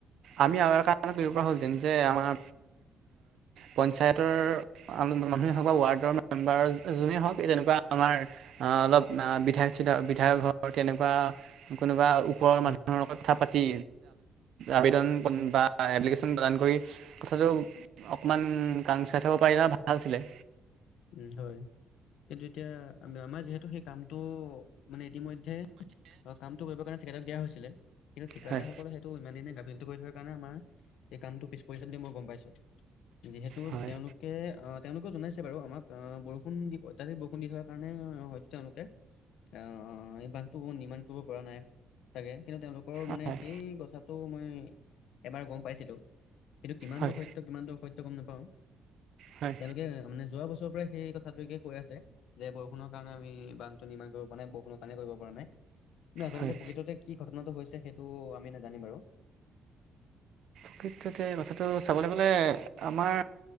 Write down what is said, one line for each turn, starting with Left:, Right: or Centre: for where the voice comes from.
Right: আমি আৰু এটা কাম কৰিব পৰা হ'লতেন যে আমাৰ পঞ্চায়তৰ। মানুহে হওক বা ৱাৰ্ডৰ মেম্বাৰ যোনেই হওক এই তেনেকুৱা আমাৰ অ', অলপ বিধায়ক বিধায়ক ঘ তেনেকুৱা কোনোবা ওপৰৰ
Left: হয়
Right: মানুহৰ লগত থাপ পাতি আবেদন বা এপ্লিকেশ্যন প্ৰদান কৰি কথাটো অকণমান কাম চাই থব পাৰিলে ভাল আছিলে।
Left: উ হয়, কিন্তু এতিয়া আমাৰ যিহেতু সেই কামটো মানে ইতিমধ্যে কামটো কৰিব কাৰণে ঠিকাদাৰক দিয়া হৈছিলে কিন্তু ঠিকাদাৰ
Right: হয়
Left: সকলে সেইটো ইমান দিনে কৰি থোৱাৰ কাৰণে আমাৰ এই কামটো পিছ পৰিছে বুলি মই গম পাইছোঁ যিহেতু
Right: হয়
Left: তেওঁলোকে অ', তেওঁলোকেও জনাইছে বাৰু আমাক আহ বৰষুণ দি অত্যাধিক বৰষুণ দি থোৱা কাৰণে হয়তো তেওঁলোকে আহ, এই বান্ধটো নিৰ্মাণ কৰিব পৰা নাই। চাগে কিন্তু তেওঁলোকৰ মানে
Right: হয়
Left: সেই কথাটো মই এবাৰ গম পাইছিলোঁ। কিন্তু কিমান
Right: হয়
Left: দূৰ সত্য কিমান দূৰ অসত্য গম নাপাওঁ
Right: হয়
Left: তেওঁলোকে মানে যোৱা বছৰ পৰা সেই কথাটোে কৈ আছে যে বৰষুণৰ কাৰণে আমি বানটো নিৰ্মাণ কৰিব পৰা নাই বৰষুণৰ কাৰণে কৰিব পৰা নাই। কিন্তু আচলতে
Right: হয়
Left: প্ৰকৃততে কি ঘটনাটো হৈছে সেইটো আমি নাজানিম আৰু
Right: <unintelligible>
Left: <inaudible>
Right: আমাৰ।